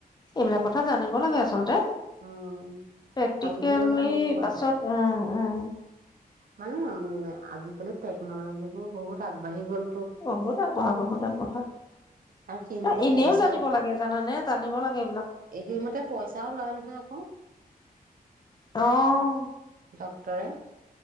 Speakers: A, on the left (about 25°); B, on the right (about 65°).
A: এইবিলাক কথা জানিব লাগে আচ আচলতে
B: উম
A: প্ৰেক্টিকেলি
B: আজিকালি মানে তেনেকুৱা
A: পাছত উম উম
B: মানে উম আজিকালি টেকন'লজি বোৰ বহুত আগবাঢ়ি গ'ল
A: বহুত আগবঢ়া বহুত আগবঢ়া
B: আৰু সেইমতে
A: তে এনেও
B: পইচাও
A: জানিব লাগে জানানে জানিব লাগে এইবিলাক
B: সেইমতে পইচাও লয় নহয় আকৌ
A: অহ
B: ডক্তৰে